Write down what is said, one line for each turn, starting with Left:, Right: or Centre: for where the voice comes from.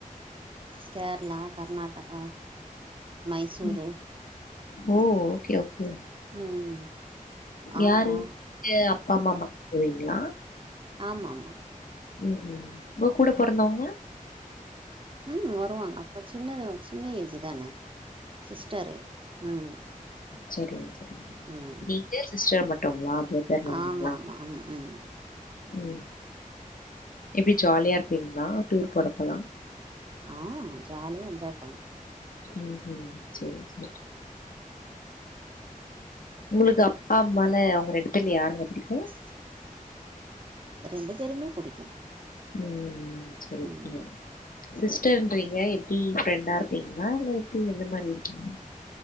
Right: கேர்ளா கர்நாடகா மைசூரு
Left: ம். ஓ ஓகே ஓகே
Right: ம் ஆந்திரா
Left: யாருக்கு அப்பா அம்மா மட்டு போவீங்ளா
Right: ஆமாம்மா
Left: ம் ம் உங்க கூட பொறந்தவுங்க
Right: ம் வருவாங்க அப்ப சின்ன சின்ன ஏஜு தான சிஸ்டரு ம்
Left: செரிங்க செரி
Right: ம்
Left: நீங்க சிஸ்டரு மட்டுங்களா சேர் வேற எதுவு
Right: ஆமா
Left: இல்லைங்களா
Right: ஆமா ம் ம்
Left: ம் எப்டி ஜாலியா இருப்பீங்களா டூர் போறப்பலாம்?
Right: ஆ ஜாலியா என்ஜாய் பண்
Left: ம் ம் சேரி சேரி உங்களுக்கு அப்பா அம்மால அவுங்க ரெண்டு பேர்ல யாருங்க பிடிக்கு
Right: உஹம் ரெண்டு பேருமே புடிக்கு
Left: ம் சேரி
Right: ம்
Left: சேரி
Right: ம்
Left: சிஸ்டர்ன்றீங்க எப்டி ஃப்ரெண்டா இருப்பீங்களா இல்ல எப்டி எந்த மாரி இருக்கீங்க